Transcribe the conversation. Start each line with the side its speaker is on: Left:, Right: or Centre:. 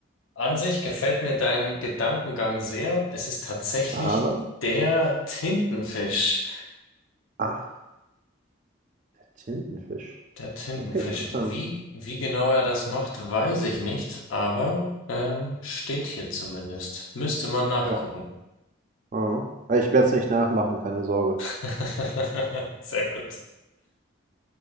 Left: An sich gefällt mir dein Gedankengang sehr. Es ist tatsächlich
Right: Aber,
Left: der Tintenfisch.
Right: ach, Tintenfisch.
Left: Der Tintenfisch.
Right: Okay, interessant.
Left: Wie, wie genau er das macht, weiß ich nicht, aber ähm, steht hier zumindest. Müsste man nachgucken.
Right: Ja. Mhm. Aber Ich werde es nicht nachmachen, keine Sorge.
Left: <laughs> Sehr gut.